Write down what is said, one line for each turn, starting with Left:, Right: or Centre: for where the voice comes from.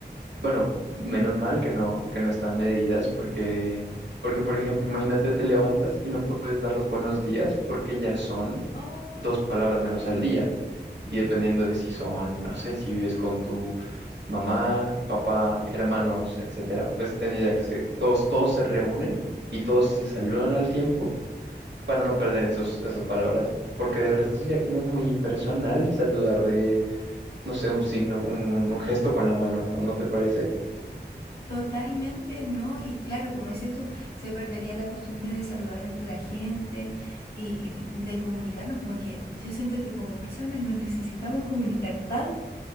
Right: bueno, menos mal que no, que no están medidas, porque, porque, por ejemplo, imagínate, te levantas y no puedes dar los buenos días porque ya son
Left: Oh.
Right: dos palabras menos al día. Y dependiendo de si son, no sé, si vives con tu mamá, papá, hermanos, etcétera, pues tendría que ser, todos, todos se reúnen y todos se saludan al tiempo para no perder esos, esas palabras, porque de resto sería como muy impersonal saludar de no sé, un signo, un, un- un gesto con la mano, ¿no, no te parece?
Left: Totalmente, ¿no? Y claro, como dices tú, se perdería la costumbre de saludar entre la gente y y de comunicarnos, como que yo siento que como personas nos necesitamos comunicar tanto